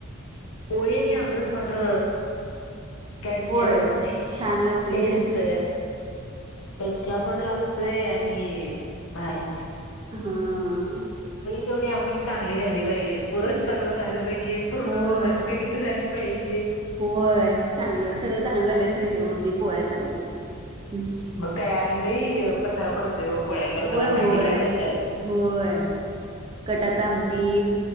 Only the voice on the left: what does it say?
पोळी आणि आमरस मात्र काय
विचारायच नाही.
टेस्ट
टेस्ट ला पण लाग तोय आणि भारी
तेेवढी आपली चांगली झाली पाहिजे. पुरण चगलं झालं पाहिजे. पुराणानुसार
कनिक झाली, पई <unintelligible>
ब काय या लई पसारा पडत पोळ्या करताना
भांडी
लय पडतात